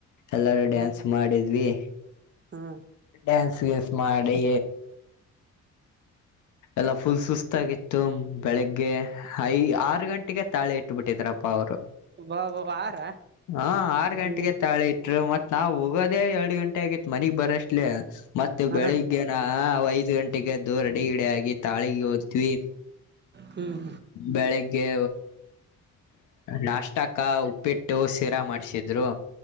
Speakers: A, on the left; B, on the right.
A: ಎಲ್ಲರೂ
B: ಹ್ಮ
A: ಡ್ಯಾನ್ಸ್ ಮಾಡಿದ್ವಿ.
B: ಹ್ಮ
A: ಡ್ಯಾನ್ಸ್ ಗೀಸ್ ಮಾಡೀ ಎಲ್ಲಾ ಫುಲ್ ಸುಸ್ತಾಗಿತ್ತು ಬೆಳಿಗ್ಗೆ ಐ ಆರು ಗಂಟೆಗೆ ತಾಳೆ ಇಟ್ಟುಬಿಟ್ಟಿದ್ರಪ್ಪ ಅವ್ರು.
B: ಬಾ ಬಾ ವಾರ
A: ಹಾ ಆರು ಗಂಟೆಗೆ
B: ಹ್ಮ್
A: ತಾಳಿ ಇತ್ತು. ಮತ್ ನಾವು ಹೋಗೋದಾಗ್ ಎರಡು ಗಂಟೆ ಆಗಿತ್ ಮನಿಗ್ ಬರಷ್ಟಲೇ ಮತ್ತೆ
B: ಹಾ
A: ಬೆಳಿಗ್ಗೆ ನಾವ್ ಐದ ಗಂಟೆಗೆದ್ದು ರಡಿಗಿಡೆ ಆಗಿ ತಾಳಿಗೆ ಹೋದ್ ವಿ
B: ಹ್ಮ್
A: ಬೆಳಿಗ್ಗೆ ನಾಷ್ಟಕ ಉಪ್ಪಿಟ್ಟು ಶೀರಾ ಮಾಡ್ಸಿದ್ರು.